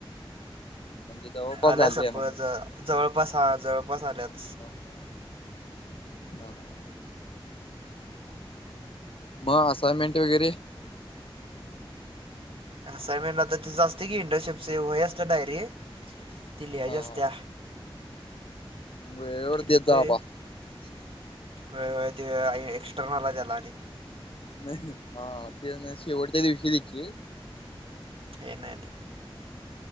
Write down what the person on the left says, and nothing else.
म्हणजे <unintelligible>
झाली
आहे म्हणायच
ह ह हां ह <unintelligible> मग असाइनमेंट वगैरे
हा
हा वेळेवर
देत
जा
बा
नाही हा ते शेवटच्या दिवशी देशील